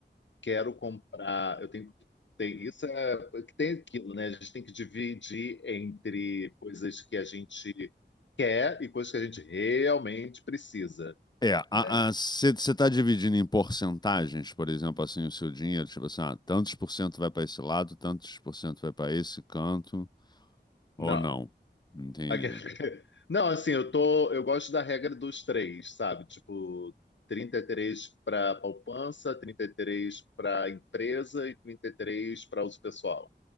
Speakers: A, on the left (about 85°); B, on the left (about 25°).
A: Quero comprar. Eu tenho. Tem, isso é. Tem aquilo, né? A gente tem que dividir entre coisas que a gente quer e coisas que a gente realmente precisa.
B: É,
A: né?
B: você está dividindo em porcentagens, por exemplo, assim, o seu dinheiro? Tipo assim, ah, tantos por cento vai para esse lado, tantos por cento vai para esse canto, ou
A: Não,
B: não? Entendi,
A: Aque- <laughs> Não, assim, eu tô, eu gosto da regra dos três, sabe? Tipo, 33 para poupança, 33 para empresa e 33 para uso pessoal.